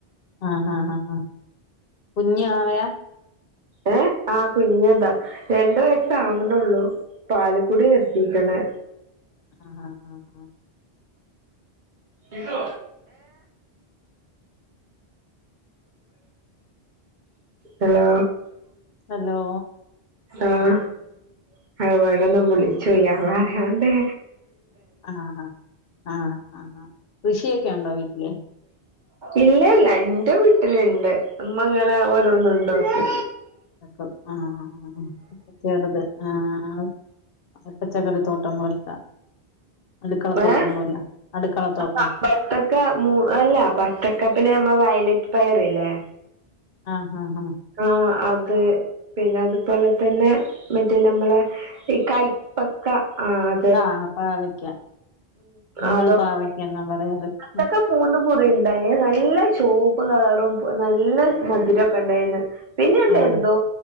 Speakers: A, on the left (about 65°); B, on the right (about 50°).
A: ആഹ് ഹാ ആ ആ കുഞ്ഞു വാവയ
B: ഏഹ് ആ കുഞ്ഞന്താ രണ്ടു വയസ്സ ആവനള്ളു പാലക്കുടി ഇങ്ങനെ
A: ആഹ് ആഹ് ആഹ്
B: ഇതു ഹലോ
A: ഹലോ
B: ആഹ് അടൊന്ന് വിളിച്ചുല്ല്യ പറയാണ്ടേ
A: ആഹ് ആഹ് ആഹ് കൃഷിയൊക്കെ ഉണ്ടോ വീട്ടില്
B: ഇല്ല ഇല്ല ന്റെ വീട്ടിലുണ്ട് ഉമ്മങ്ങനെ ഓരോന്നും ഉണ്ട് നോക്കി
A: ക്ക ആഹ് ആറത് ആഹ് പ പച്ചക്കറി തോട്ടം പോലത്ത അടുക്കളത്തോട്ടം
B: ഏഹ്
A: പോല അടുക്കളത്തോട്ടം
B: ആ ബത്തക്ക മ അല്ല ബത്തക്ക പിന്നെ നമ്മളെ വയലറ്റ് പയർല്ലേ
A: ആഹ് ഹ് ആഹ്
B: ആഹ് അത് പിന്നെ അതുപോലെ തന്നെ മറ്റേ നമ്മളെ ഈ കൈപ്പക്ക ആഹ്
A: ആഹ് പാവക്ക നമ്മള്
B: അതൊക്കെ
A: പാവക്ക എന്നാ പറയാറ് ഉം
B: ബത്തക്ക മൂന്ന് കുറി ഉണ്ടായി നല്ല ചുവപ്പ് കളറും നല്ല മധുരൊക്കെ ഉണ്ടായിന്ന് പിന്നെണ്ട്
A: ആഹ്.
B: എന്തോ